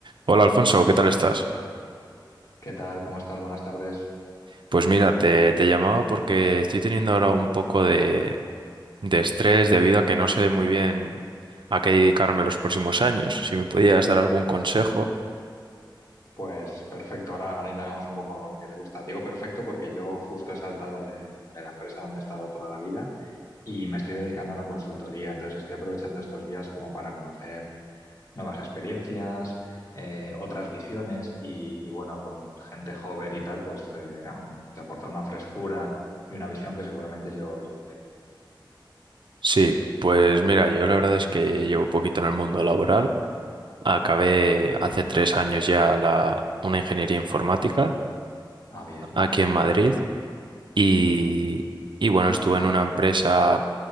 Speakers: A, on the right; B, on the left.
A: Hola Alfonso, ¿qué tal estás?
B: ¿Qué tal? ¿Cómo estás? Buenas tardes.
A: Pues mira, te, te llamaba porque estoy teniendo ahora un poco de, de estrés debido a que no sé muy bien a qué dedicarme los próximos años. Si me podías dar algún consejo.
B: Uy, Pues perfecto, ahora, ahora indagamos un poco en qué te gusta. Digo perfecto porque yo justo he saltado de, de la empresa donde he estado toda la vida y me estoy dedicando a la consultoría. Entonces estoy aprovechando estos días como para conocer nuevas experiencias, eh, otras visiones y, y bueno, con gente joven y tal, pues eh, aún te aporta una frescura y una visión que seguramente yo, yo no tengo.
A: Sí, pues mira, yo la verdad es que llevo poquito en el mundo laboral. Acabé hace tres años ya la, una ingeniería informática
B: Ah, bien.
A: aquí en Madrid y, y bueno, estuve en una empresa